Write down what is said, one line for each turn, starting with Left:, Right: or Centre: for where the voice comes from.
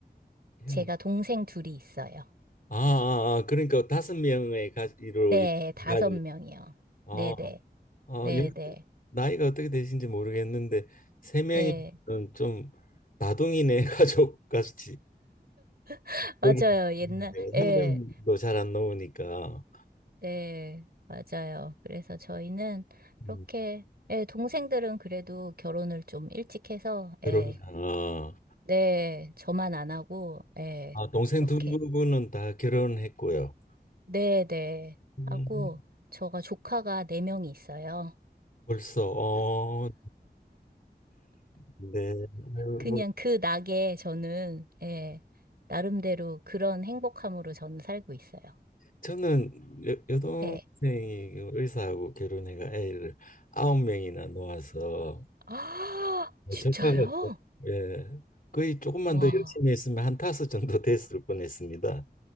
Left: 형,
Right: 제가 동생 둘이 있어요.
Left: 아, 아, 아, 그러니까 다섯 명의 가지로
Right: 네,
Left: 이렇게
Right: 다섯
Left: 가지고,
Right: 명이요.
Left: 어,
Right: 네네.
Left: 어,
Right: 네네.
Left: 연- 나이가 어떻게 되신지 모르겠는데 세 명이면
Right: 네.
Left: 좀 다둥이네 <laughs> 가족 같이
Right: <laughs> 맞아요.
Left: 여기
Right: 옛날,
Left: 있는데
Right: 예.
Left: 한 명도 잘 안 나오니까
Right: 네, 맞아요. 그래서 저희는
Left: 음,
Right: 그렇게, 예, 동생들은 그래도 결혼을 좀 일찍 해서,
Left: 결혼.
Right: 예,
Left: 아,
Right: 네, 저만 안 하고, 예,
Left: 아, 동생
Right: 이렇게,
Left: 두 분은 다 결혼했고요.
Right: 네, 네,
Left: 음,
Right: 하고, 저가 조카가 네명이 있어요.
Left: 벌써 어, 네. 아유,
Right: 그냥
Left: 뭐
Right: 그 낙에 저는, 예, 나름대로 그런 행복함으로 저는 살고 있어요.
Left: 저는 여, 여동생이
Right: 네.
Left: 그 의사하고 결혼해가 애를 아홉 명이나 놓아서
Right: <gasps> 아, 진짜요?
Left: 조카가 또, 예, 거의 조금만
Right: 와.
Left: 더 열심히 했으면 한 다섯 정도 <laughs> 됐을 뻔했습니다.